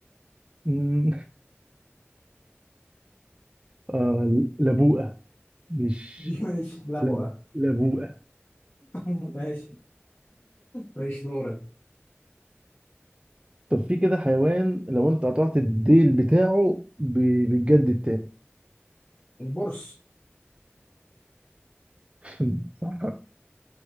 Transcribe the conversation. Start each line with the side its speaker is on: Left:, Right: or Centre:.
Right: مم. آه لبوءة مش
Left: ماشي لبوة
Right: لب... لبوءة
Left: <laughs> ماشي ماشي دورك
Right: طب في كده حيوان لو انت قطعت الديل بتاعه ب... بيتجدد تاني
Left: البرص
Right: <laughs> صح